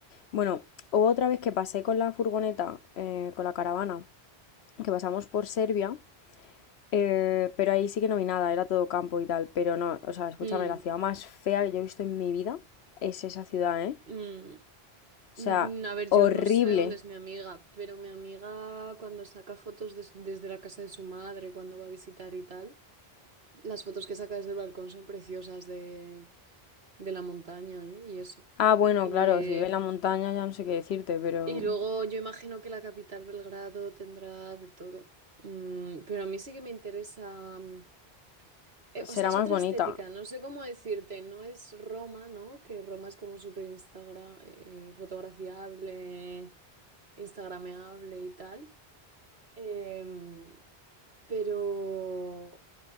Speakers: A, on the left (about 85°); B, on the right (about 75°).
A: Bueno, hubo otra vez que pasé con la furgoneta, eh, con la caravana, que pasamos por Serbia. Eh, pero ahí sí que no vi nada, era todo campo y tal. Pero no, o sea, escúchame,
B: Mm,
A: la ciudad más fea que yo he visto en mi vida es esa ciudad, ¿eh?
B: mm.
A: O
B: Mm,
A: sea,
B: A ver,
A: horrible.
B: yo no sé de dónde es mi amiga, pero mi amiga cuando saca fotos des- desde la casa de su madre, cuando va a visitar y tal, las fotos que saca desde el balcón son preciosas de, de la montaña, ¿eh? Y eso.
A: Ah, bueno,
B: Eh,
A: claro, si vive en la montaña ya no sé qué decirte, pero
B: y luego yo imagino que la capital Belgrado tendrá de todo. Mm, pero a mí sí que me interesa... mm, eh,
A: será
B: o sea, es
A: más
B: otra
A: bonita.
B: estética, no sé cómo decirte, no es Roma, ¿no? Que Roma es como súper Instagram, fotografiable, instagrameable y tal. Em, pero